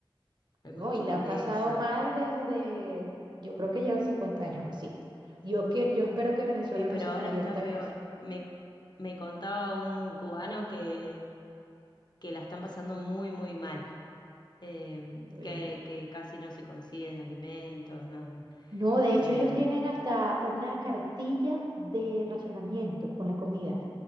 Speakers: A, on the right (about 55°); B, on the left (about 55°).
A: No,
B: Hay mucha
A: y la
B: pobreza.
A: han pasado mal desde, yo creo que llevan 50 años así. Yo, que, yo espero que Venezuela
B: Sí, pero
A: no se
B: ahora
A: convierta
B: está peor.
A: en eso.
B: Me, me contaba un cubano que, que la están pasando muy, muy mal. em,
A: Horrible.
B: que, que casi no se consiguen alimentos, ¿no?
A: No, de hecho
B: Em,
A: ellos tienen hasta una cartilla de racionamiento con la comida.